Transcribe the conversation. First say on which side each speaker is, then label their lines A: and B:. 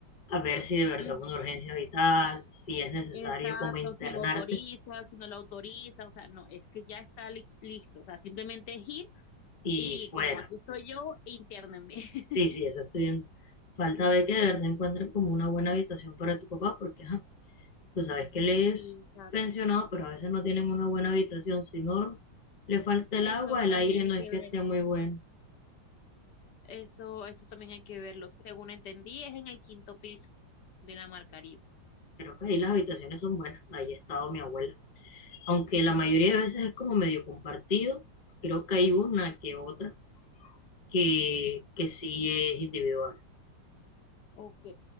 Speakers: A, on the left; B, on the left.
A: a ver si de verdad
B: Mm,
A: es una urgencia vital, si es necesario
B: Exacto,
A: como internarte
B: si lo autoriza, si no lo autoriza, o sea, no, es que ya está li- listo, o sea, simplemente es ir
A: y
B: Y
A: fuera.
B: como aquí estoy yo, internenme. <laughs>
A: Sí, sí, eso estoy viendo. Falta ver que de verdad encuentren como una buena habitación para tu papá, porque ajá, tú sabes que él
B: Sí,
A: es
B: exacto.
A: pensionado, pero a veces no tienen una buena habitación, sino le falta el
B: Eso
A: agua,
B: también
A: el aire no
B: hay
A: es
B: que
A: que
B: ver.
A: esté muy bueno.
B: Eso, eso también hay que verlo. Según entendí, es en el quinto piso de la Mar Caribe.
A: Creo que ahí las habitaciones son buenas, ahí ha estado mi abuela. Aunque la mayoría de veces es como medio compartido, creo que hay una que otra que, que sí es individual.
B: Ok.